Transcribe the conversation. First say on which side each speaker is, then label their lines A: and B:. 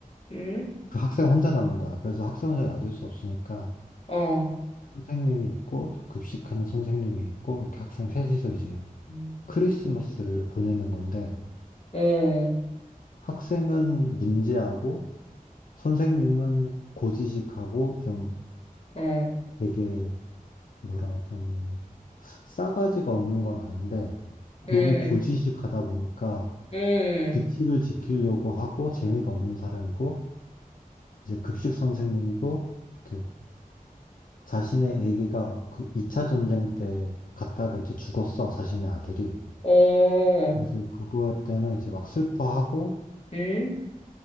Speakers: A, on the left; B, on the left.
A: 응,
B: 그 학생 혼자 남은 거야. 그래서 학생 혼자 놔둘 수 없으니까
A: 어,
B: 선생님이 있고 급식하는 선생님이 있고 이렇게 학생 셋이서 이제
A: 음,
B: 크리스마스를 보내는 건데
A: 어,
B: 학생은 문제하고 선생님은 고지식하고 좀
A: 어,
B: 되게 뭐라 그래, 좀 싸가지가 없는 건 아닌데 너무
A: 응,
B: 고지식하다 보니까
A: 응,
B: 규칙을 지키려고 하고 재미가 없는 사람이고 이제 급식 선생님도 이렇게 자신의 아기가 그 2차 전쟁 때 갔다가 이제 죽었어 자신의 아들이
A: 어,
B: 그래서 그거 때문에 이제 막 슬퍼하고
A: 응,